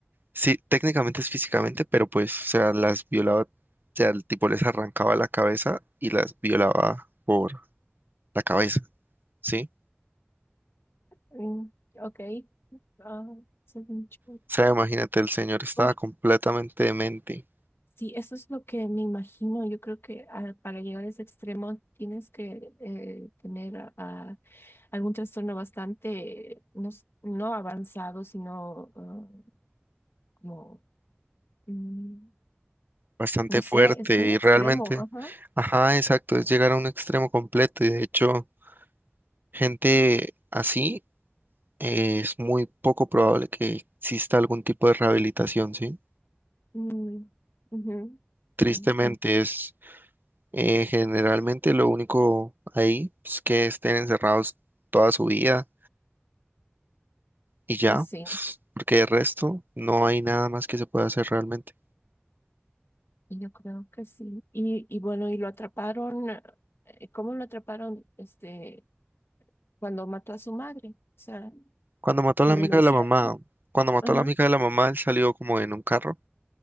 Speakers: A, on the right; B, on the left.
A: sí, técnicamente es físicamente, pero pues, o sea, las violaba, o sea, el tipo les arrancaba la cabeza y las violaba por la cabeza, ¿sí?
B: Mm, ok. Ah, según yo,
A: O sea, imagínate, el señor estaba
B: por-
A: completamente demente,
B: Sí, eso es lo que me imagino. Yo creo que ah, para llegar a ese extremo tienes que eh, tener ah, algún trastorno bastante, no, s- no avanzado, sino ah, como, mm,
A: bastante
B: no
A: fuerte
B: sé, es muy
A: y
B: extremo.
A: realmente,
B: Ajá.
A: ajá, exacto, es llegar a un extremo completo y de hecho... Gente así eh, es muy poco probable que exista algún tipo de rehabilitación, ¿sí?
B: Mm, ujú.
A: Tristemente
B: Sí, y-
A: es eh, generalmente lo único ahí es que estén encerrados toda su vida y ya,
B: eh, sí,
A: s- porque de resto no hay nada más que se pueda hacer realmente.
B: y yo creo que sí. Y, y bueno, y lo atraparon. eh, ¿Cómo lo atraparon? Este. cuando mató a su madre, o sea,
A: Cuando mató
B: lo
A: a la amiga
B: denunciaron.
A: de la mamá, cuando mató
B: Ajá.
A: a la amiga de la mamá, él salió como en un carro.